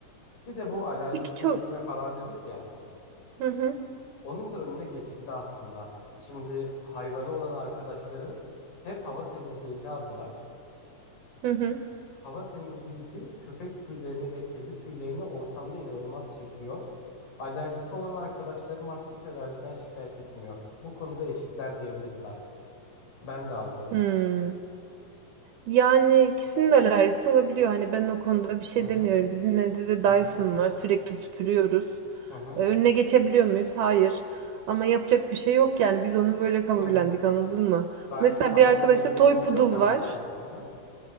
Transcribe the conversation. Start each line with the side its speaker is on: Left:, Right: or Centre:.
Left: Bir de bu alerji
Right: Peki
Left: tüy
Right: çok...
Left: dökme falan dedik ya.
Right: Hı hı
Left: Onun da önüne geçildi aslında. Şimdi hayvanı olan arkadaşlarım hep hava temizleyici aldılar.
Right: hı hı.
Left: Hava temizleyici köpek tüylerini ve kedi tüylerini ortamda inanılmaz çekiyor. Alerjisi olan arkadaşlarım artık hiç alerjiden şikayet etmiyor. Bu konuda eşitler diyebiliriz artık. Ben de alacağım.
Right: Hmm. Yani ikisinin de alerjisi olabiliyor. Hani ben o konuda bir şey
Left: Hı hı.
Right: demiyorum. Bizim evde de
Left: Hı
Right: Dyson
Left: hı.
Right: var. Sürekli süpürüyoruz.
Left: Hı hı.
Right: Ee, Önüne geçebiliyor muyuz? Hayır. Ama yapacak bir şey yok yani. Biz onu böyle kabullendik,
Left: Hı hı.
Right: anladın mı?
Left: Dyson
Right: Mesela
Left: hava
Right: bir arkadaşta
Left: temizleyicisi
Right: toy poodle
Left: yok ama
Right: var.
Left: değil mi? Hı hı.